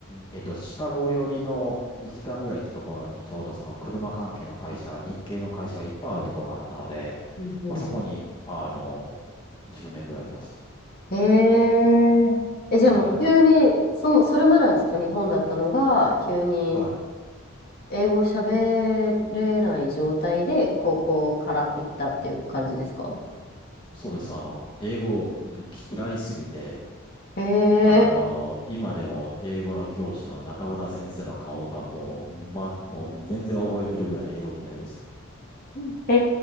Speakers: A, on the left (about 20°); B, on the left (about 45°).
A: えっと、シカゴ寄りの2時間ぐらい行ったところにちょうどその車関係の会社が、日系の会社がいっぱいあるところがあったので、
B: うんうん。
A: まあそこに、あの、10年ぐらいいまし
B: へえー、え、じゃあもう急に、
A: た。はい。
B: その、それまではずっと日本だったのが、急に
A: はい。
B: 英語を喋れない状態で高校から行ったっていう感じですか
A: そうです。あの、英語嫌いすぎて、
B: ええ
A: あの、今でも英語の教師の中村先生の顔がもう、ま、もう全然覚えてるぐらい英語嫌いでした。
B: うんえ